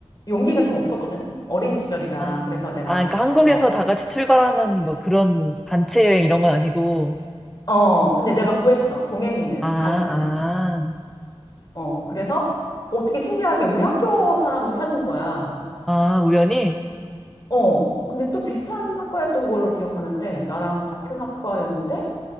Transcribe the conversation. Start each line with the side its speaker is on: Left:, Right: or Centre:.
Left: 용기가 좀 없었거든? 어린 시절이라.
Centre: 아,
Left: 그래서 내가,
Centre: 아, 그러니까 한국에서
Left: 어,
Centre: 다 같이 출발하는 뭐 그런 단체 여행 이런 건 아니고.
Left: 어, 근데 내가 구했어. 동행인을
Centre: 아,
Left: 가기 전에.
Centre: 아,
Left: 어, 그래서 어떻게 신기하게 우리 학교 사람을 찾은 거야.
Centre: 아, 우연히?
Left: 어, 근데 또 비슷한 학과였던 걸로 기억하는데 나랑 같은 학과였는데